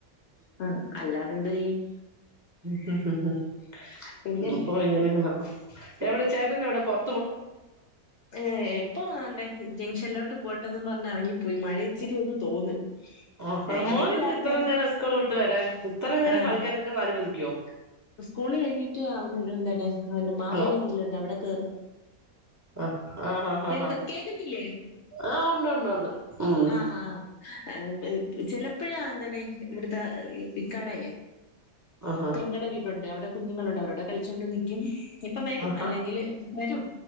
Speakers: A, on the left; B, on the right.
A: അ അല്ലാതെന്തെയ്യും
B: മ്ഹ്ഹ്ഹ്
A: പിന്നെ
B: <unintelligible> എവിടെ ചേട്ടനെവിടെ പൊർ
A: ഏ പ്പൊ വാണ്ടേ ജംഗ്ഷനിലോട്ട് പോട്ടെന്നും പറഞ്ഞ് എറങ്ങിപ്പോയി മഴ ഇച്ചിരിയൊന്ന് തോന്ന്
B: <inaudible> ആ ഹാ
A: ഏഹ് ഇനിയിപ്പ
B: മോനെന്താ
A: രാത്രിയാ.
B: ഇത്രനേരം സ്കൂള് വിട്ട് വരാൻ ഇത്രനേരം
A: ആഹ്.
B: കളിക്കാനൊക്കെ അനുവദിക്കോ
A: സ്കൂള്കഴിഞ്ഞിട്ട് അവൻ എൻന്തണ് അവന്റെ മാമിടെ
B: ഹലോ
A: <unintelligible> അവടെകേറും
B: ആഹ് ആഹ് ആഹ്
A: കേക്
B: ആഹ്
A: കേക്കുന്നില്ലേ
B: ആഹ് ഉണ്ട് ഉണ്ട് ഉണ്ട് ഉം
A: ആഹ <unintelligible> ചെലപ്പഴാ എന്താണ് ഇവിട്ത്തെ ഇക്കാടെ
B: ആഹാ
A: പെങ്ങടെ വീടൊണ്ട് അവിടെകുഞ്ഞുങ്ങളുണ്ട് അവരോടെകളിച്ചോണ്ട്നിക്കും ഇപ്പവരും
B: ആഹാ
A: അല്ലെങ്കില് വരും